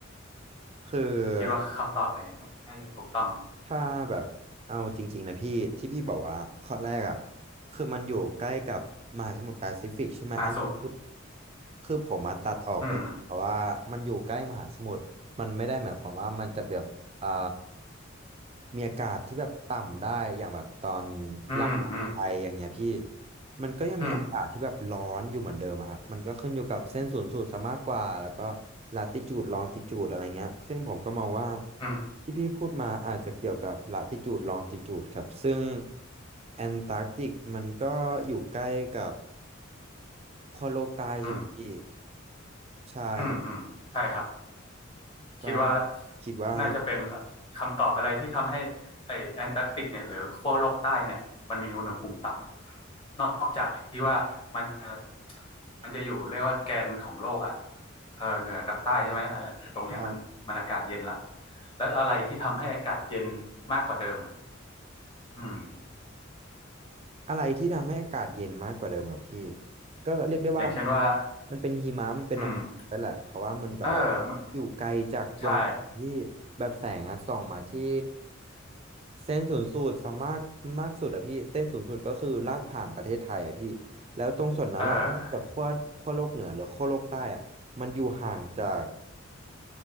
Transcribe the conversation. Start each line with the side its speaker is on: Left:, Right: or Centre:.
Right: คือ
Left: คิดว่าคำตอบไหนน่าจะถูกต้อง
Right: ถ้าแบบเอาจริงๆนะพี่ที่พี่บอกว่าข้อแรกอ่ะคือมันอยู่ใกล้กับมหาสมุทรแปซิฟิกใช่ไหมอันนี้คือ
Left: มากสุด
Right: คือผมมาตัดออกไปเพราะว่ามันอยู่ใกล้มหาสมุทรมันไม่ได้หมายความว่ามันจะแบบอ่า
Left: อืม
Right: มีอากาศที่แบบต่ำได้อย่างแบบตอน
Left: อืมอืม
Right: ล่างของไทยอย่างเงี้ยพี่ มันก็ยังมีอากาศที่แบบร้อนอยู่เหมือนเดิมอะครับมันก็ขึ้นอยู่กับเส้นศูนย์สูตรซะมากกว่าแล้วก็
Left: อืม
Right: ลาติจูดลองติจูดอะไรเงี้ยซึ่งผมก็มองว่า
Left: อืม
Right: ที่พี่พูดมาอาจจะเกี่ยวกับลาติจูดลองติจูดครับซึ่งแอนตาร์กติกมันก็อยู่ใกล้กับขั้วโลกใต้ใช่ไหมพี่
Left: อืม
Right: ใช่ครับ
Left: อืมอืมใช่ครับ
Right: ก็
Left: คิดว่า
Right: คิดว่า
Left: น่าจะเป็นคำตอบอะไรที่ทำให้ไอแอนตาร์กติกเนี่ยหรือขั้วโลกใต้เนี่ยมันมีอุณหภูมิต่ำนอกจากที่ว่ามันจะมันจะอยู่เรียกว่าแกนของโลกอ่ะเออเหนือกับใต้ใช่ไหมเอ่ะตรงเนี้ยมันมันอากาศเย็นละ
Right: ใช่
Left: แล้วอะไรที่ทำให้อากาศเย็นมากกว่าเดิมอ่ะอืม
Right: อะไรที่ทำให้อากาศเย็นมากกว่าเดิมเหรอพี่ก็เรียกได้ว่ามัน
Left: อย่างเช่นว่า
Right: มันเป็นหิมะมันเป็นน้ำฝนไปแหละเพราะว่ามันแบบว่า
Left: อืมเออมัน
Right: อยู่ไกลจากดวงอาทิตย์ที่
Left: ใช่
Right: แบบแสงอะส่องมาที่เส้นศูนย์สูตรสามารถมากสุดอะพี่เส้นศูนย์สูตรก็คือลากผ่านประเทศไทยอะพี่แล้วตรงส่วนนั้นอะนอกจากขั้วขั้วโลกเหนือหรือขั้วโลกใต้อะมันอยู่ห่างจาก
Left: เออ